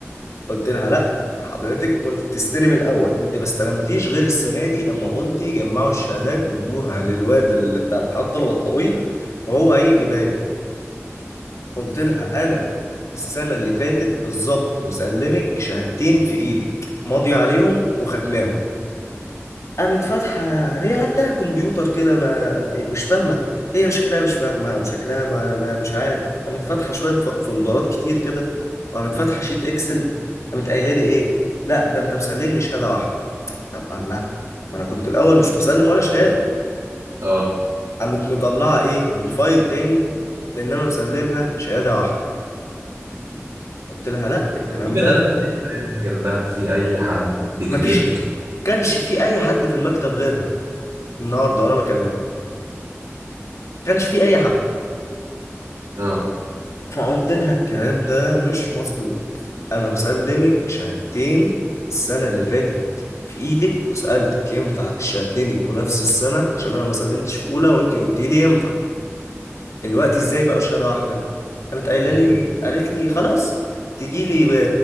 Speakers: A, on the left (about 80°); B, on the right (about 80°).
A: قلت لها لا حضرتك كنت بتستلم الاول انت ما استلمتيش غير السنه دي لما قلتي جمعوا الشهادات وادوها للواد اللي بتاع اتحاد الطلبه الطويل وهو هيجيبها لي قلت لها انا السنه اللي فاتت بالظبط مسلمك شهادتين في ايدك ماضي عليهم وختماهم قامت فاتحه هي عندها كمبيوتر كده ما مش فاهمه هي شكلها مش فاهمه او شكلها ما... ما مش عارف قامت فاتحه شويه ف- فولدرات كتير كده وقامت فاتحه شيت اكسل قامت قايله لي ايه لا ده انت مسلمني شهاده واحده طب الله ما انا كنت الاول مش مسلم ولا شهاده
B: اه
A: قامت مطلعه ايه من فايل تاني ان انا مسلمها شهاده واحده قلت لها لا الكلام
B: هو في بني
A: ده
B: ادم تاني قاعد جنبها في اي حد كبير
A: مفيش
B: تك...
A: كانش في اي حد في المكتب غيرها النهارده وانا بكلمها كانش في اي حد
B: اه
A: فقلت لها الكلام ده مش مظبوط انا مسلمك شهادتين السنه اللي فاتت في ايدك وسالتك ينفع الشهادتين يبقوا نفس السنه عشان انا ما سلمتش في اولى وانت قلتي لي ينفع الوقت ازاي بقى شهاده واحده قامت قايله
B: هي
A: لي
B: بدل.
A: قالت لي خلاص تجي لي